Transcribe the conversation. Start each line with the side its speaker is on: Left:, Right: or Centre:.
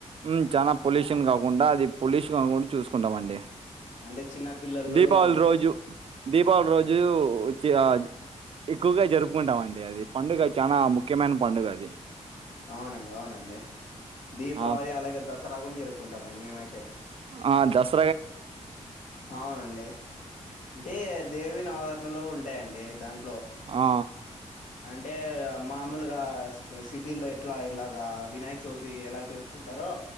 Right: హ్మ్ చానా పొల్యూషన్ కాకుండా అది పొల్యూషన్ కాకుండా చూసుకుంటామండి
Left: అంటే చిన్న పిల్లలు
Right: దీపావళి
Left: అంత
Right: రోజు దీపావళి రోజు వచ్చి ఎక్కువగా జరుపుకుంటాము అండి అది పండుగ చాలా ముఖ్యమైన పండుగ అది
Left: అవునండి అవునండి దీపావళి
Right: ఆ
Left: అలాగే దసరా గూనా జరుపుకుంటామండి మేమైతే
Right: ఆ దస
Left: అవునండి అంటే దేవి నవరత్నలు ఉంటాయండి దాని
Right: ఆ
Left: అంటే మామూలుగా సిటీ లో ఎట్లా ఇలాగా వినాయక చవితి ఎలా జరుపుకుంటారో